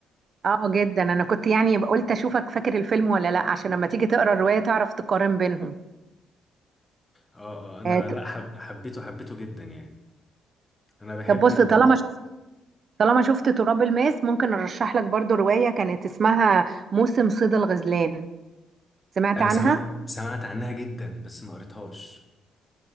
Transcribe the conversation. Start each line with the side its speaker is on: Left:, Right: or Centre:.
Right: اه جدا انا كنت يعني قلت اشوفك فاكر الفيلم ولا لا عشان لما تيجي تقرا الروايه تعرف تقارن بينهم
Left: اه آه، انا
Right: آه، ط-
Left: لا حب حبيته حبيته جدا يعني انا بحب
Right: طب بص
Left: ال...
Right: طالما شفت طالما شفت تراب الماس ممكن ارشح لك برضو رواية كانت اسمها موسم صيد الغزلان سمعت
Left: انا
Right: عنها
Left: سمع... سمعت عنها جدا بس ما قريتهاش